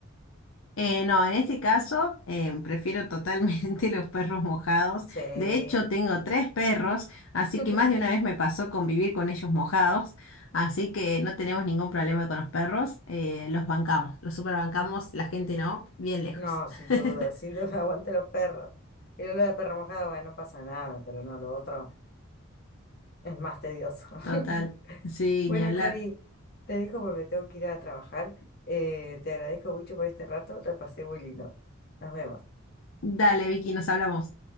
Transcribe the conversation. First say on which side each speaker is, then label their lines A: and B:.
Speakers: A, on the left; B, on the left.
A: Eh, no, en este caso eh, prefiero totalmente <laughs> los perros mojados.
B: Sí.
A: De hecho, tengo tres perros, así
B: <laughs>
A: que más de una vez me pasó convivir con ellos mojados, así que no tenemos ningún problema con los perros. eh, los bancamos, los superbancamos, la gente no, bien lejos.
B: No, sin
A: <laughs>
B: duda, sin duda, <laughs> aguante los perros. Y lo de perro mojado, bueno, no pasa nada, pero no, lo otro es más tedioso. <laughs>
A: Total, sí,
B: Bueno,
A: ni hablar.
B: Cari, te dejo porque me tengo que ir a trabajar. Eh, te agradezco mucho por este rato, te pasé muy lindo. Nos vemos.
A: Dale, Vicky, nos hablamos.